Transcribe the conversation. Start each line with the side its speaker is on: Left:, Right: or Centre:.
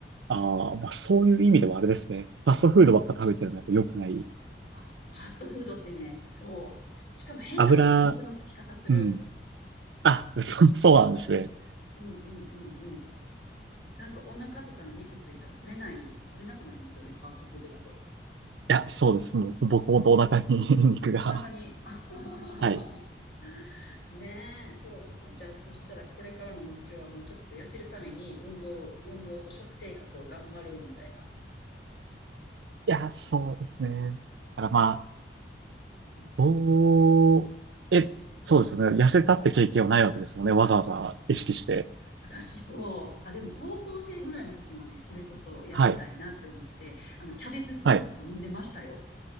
Right: ああ、まあそういう意味ではあれですね。
Left: どうだろう。
Right: ファストフードばっか食べてるのはやっぱ良くない。
Left: あ、ファーストフードってね、そう。し、しかも変なね、
Right: 油、
Left: 肉のつき方する。
Right: うん。あ、そう、そうなんですね。
Left: <laughs> うんうんうんうん。なんかお腹とかの肉ついたら取れない、取れなくなりますよね、ファーストフードだと。
Right: いや、そうです。もう、僕もとお腹に <laughs> 肉が。
Left: お腹に、<laughs>
Right: はい。
Left: ねえ、そうですよ。じゃあ、そしたらこれからの目標はもうちょっと痩せるために運動、運動と食生活を頑張るみたいな。
Right: いや、そうですね。だからまあ、
Left: うんうん、
Right: おー、え、そうですね。痩せたって経験はないわけですもんね。わざわざ意識して。
Left: 私そう。あ、でも高校生ぐらいの時はね、それこそ痩せたいなって思って、
Right: はい。
Left: あの、キャベツスープとか飲んでましたよ。
Right: はい。